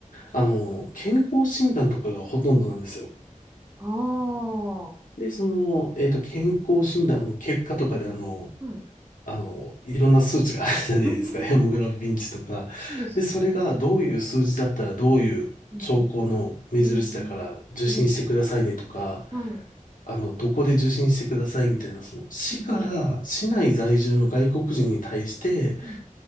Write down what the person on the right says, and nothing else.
ああ、は
い。うん
うんうん。
あ、そうですね。
うんうん。うん。うんはい。
うんうん。うん。